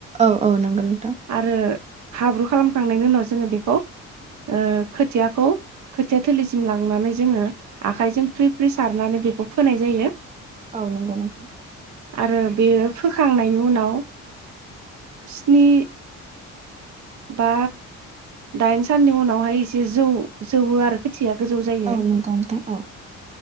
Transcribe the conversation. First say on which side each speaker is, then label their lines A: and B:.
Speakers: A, on the right (about 25°); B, on the right (about 70°).
A: औ औ नंगौ नोंथां
B: आरो हाब्रु खालामखांनायनि उनाव जोङो बेखौ ओ खोथियाखौ खोथिया थोलिसिम लांनानै जोङो आखायजों फ्रि फ्रि सारनानै बेखौ फोनाय जायो
A: औ नंगौ नोंथां
B: आरो बेयो फोखांनायनि उनाव स्नि बा दाइन साननि उनावहाय एसे जौ जौवो आरो खोथिया गोजौ जायो
A: औ नंगौ नोंथां औ